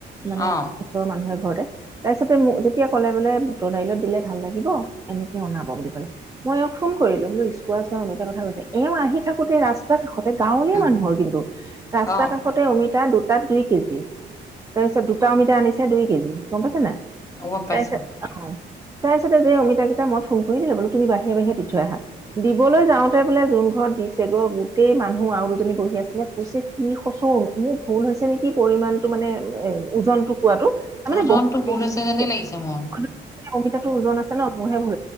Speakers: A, on the right; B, on the left.
A: মানে
B: অ
A: ওচৰৰ মানুহে ঘৰতে। তাৰ পিছতে মোক যেতিয়া ক'লে বোলে। বুটৰ দাইলত দিলে ভাল লাগিব এনেকে বনাব বুলি কলে মই ফোন কৰিলো মোৰ স্কোৱাছ অমিতাৰ কথা কৈছে এওঁ আহি থাকোতে ৰাস্তা কাষতে গাঁৱলীয়া
B: উম
A: মানুহৰ কিন্তু ৰাস্তা
B: অ
A: কাষতে অমিতা দু তাত দুই কেজি তাৰপিছত দুটা অমিতা আনিছে দুই কেজি গম পাইছে নাই।
B: গম পাইছো
A: তাই চ অ' তাৰপিছতে যে অমিতাাকেইটা মই ফোন কৰি দিলো বোলো তুমি বাহিৰ বাহিৰে দি থৈ আহা দিবলৈ যাওঁতে বোলে যোন ঘৰ দিছেগ গোটেই মানুহ আৰু দুজনী বহি আছিল কৈছে কি হৈছে অ' মোৰ ভুল হৈছে নেকি? পৰিমাণটো মানে ওজনটো। কোৱাাতো তাৰমানে
B: ওজনটো
A: বহুত
B: ভুল
A: হৈছে
B: যেনেই লাগিছে মোৰ
A: <unintelligible> অমিতা ওজন আছে নাই <unintelligible>